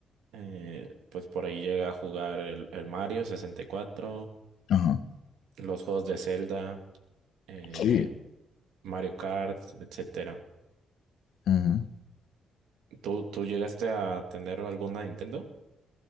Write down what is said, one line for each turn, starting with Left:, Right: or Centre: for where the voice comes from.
Right: Eh, pues por ahí llegué a jugar el, el Mario sesenta y cuatro
Left: Ajá.
Right: los juegos de Zelda, eh,
Left: Sí.
Right: Mario Kart, etcétera.
Left: ujú.
Right: ¿Tú, tú llegaste a tener alguna Nintendo?